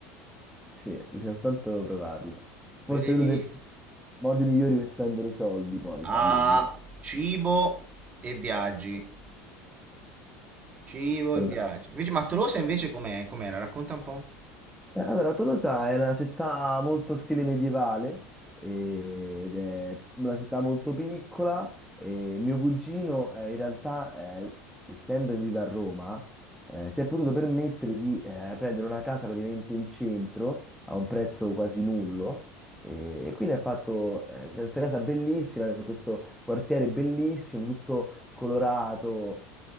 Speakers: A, in the centre; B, on the right.
A: sì, bisogna soltanto provarlo. Forse
B: Lo devi
A: è uno dei modi migliori per spendere i soldi, poi
B: a
A: farlo un viaggio.
B: cibo e viaggi. Cibo
A: <laughs>
B: e viaggi. Invece, ma Tolosa invece com'è? Com'era? Racconta un po'.
A: Eh, Allora, Tolosa è una città molto stile medievale eh, ed è una città molto piccola. E mio cugino, eh, in realtà, eh, essendo che vive a Roma, eh, si è potuto permettere di eh, prendere una casa praticamente in centro a un prezzo quasi nullo. eh, E quindi ha fatto eh, questa casa bellissima, in questo quartiere bellissimo, tutto colorato.